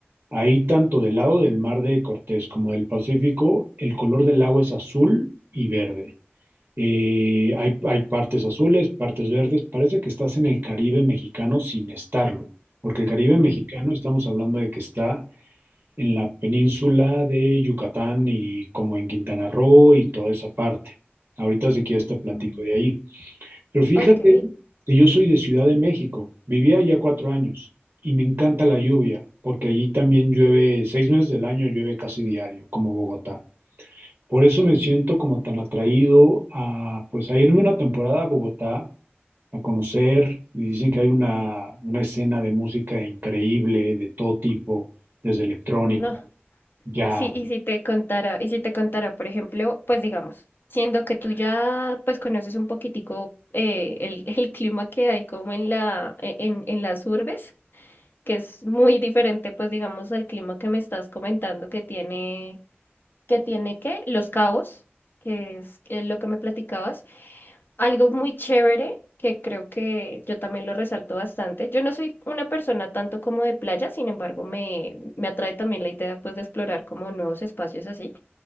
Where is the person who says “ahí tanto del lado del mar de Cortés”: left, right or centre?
Right